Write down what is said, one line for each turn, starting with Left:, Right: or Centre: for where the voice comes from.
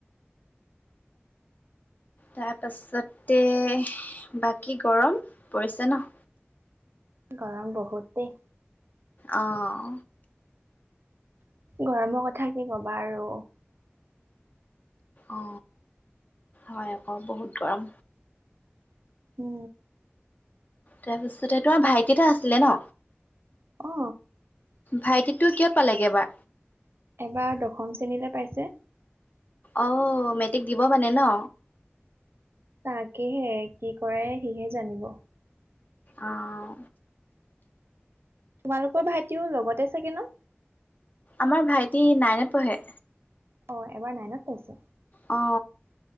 Left: তাৰপাছতে, বাকি গৰম পৰিছে ন'?
Right: গৰম বহুতে দেই।
Left: অ অ।
Right: গৰমৰ কথা কি কবা আৰু।
Left: অ, হয় আক বহুত গৰম।
Right: ও
Left: তাৰপিছতে, তোমাৰ ভাইটি এটা আছিলে ন?
Right: অ।
Left: ভাইটিটো কিহত পালেগে এইবাৰ?
Right: এইবাৰ দশম শ্ৰেণীলে পাইছে।
Left: অহ, মেট্ৰিক দিব মানে ন?
Right: তাকেহে কি কৰে সিহে জানিব।
Left: আও।
Right: তোমালোকৰ ভাইটিওঁ লগতে চাগে ন?
Left: আমাৰ ভাইটি নাইনত পঢ়ে।
Right: অ, এইবাৰ নাইনত পাঢ়িছে?
Left: অ।